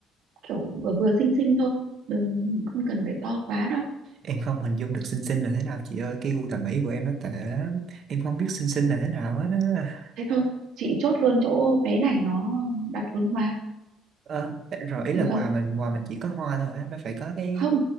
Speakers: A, on the right; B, on the right.
A: kiểu vừa vừa xinh xinh thôi đừng không cần phải to quá đâu
B: em không hình dung được xinh xinh là thế nào chị ơi cái gu thẩm mỹ của em nó tệ lắm em không biết xinh xinh là thế nào hết á
A: thế thôi chị chốt luôn chỗ bé này nó đặt luôn hoa
B: Ờ, rồi ý
A: được
B: là quà
A: không
B: mình quà mình chỉ có hoa thôi á, nó phải có cái
A: không